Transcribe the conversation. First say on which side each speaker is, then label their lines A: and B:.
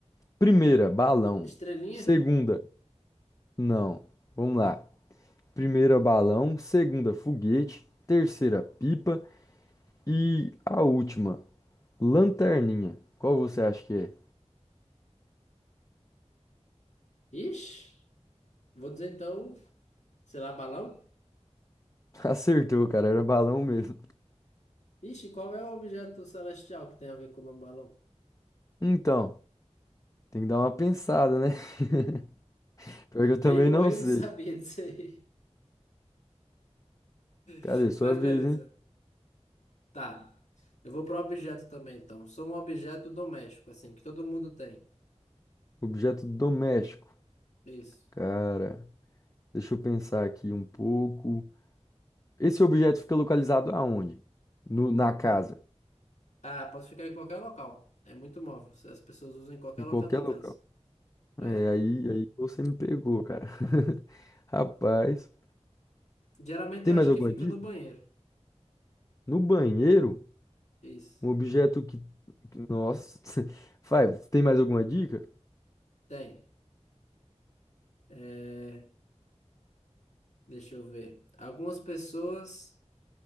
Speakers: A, on the left; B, on the left.
A: Primeira, balão.
B: Estrelinha?
A: Segunda, não. Vamos lá. Primeira, balão. Segunda, foguete. Terceira, pipa. E a última. Lanterninha. Qual você acha que é?
B: Ixi, vou dizer então, sei lá, balão?
A: <laughs> Acertou, cara. Era balão mesmo.
B: Ixi, qual é o objeto celestial que tem a ver com o nome balão?
A: Então, tem que dar uma pensada, né? <laughs> Pior que eu também
B: Eu ia morrer
A: não sei.
B: e não sabia disso aí.
A: Cadê?
B: <laughs>
A: Sua
B: Mas
A: vez,
B: beleza.
A: hein?
B: Tá. Eu vou pro objeto também, então. Sou um objeto doméstico, assim, que todo mundo tem.
A: Objeto doméstico.
B: Isso.
A: Cara, deixa eu pensar aqui um pouco. Esse objeto fica localizado aonde? No, na casa.
B: Ah, posso ficar em qualquer local. É muito móvel. Se As pessoas usam em qualquer
A: Em
B: local
A: qualquer
B: da casa.
A: local.
B: É.
A: É, aí, aí você me pegou, cara. <laughs> Rapaz.
B: Geralmente
A: Tem
B: eu
A: mais
B: acho
A: alguma
B: que fica
A: dica?
B: no banheiro.
A: No banheiro?
B: Isso.
A: Um objeto que. que- Nossa. <laughs> Vai, tem mais alguma dica?
B: Tem. É, deixa eu ver. Algumas pessoas,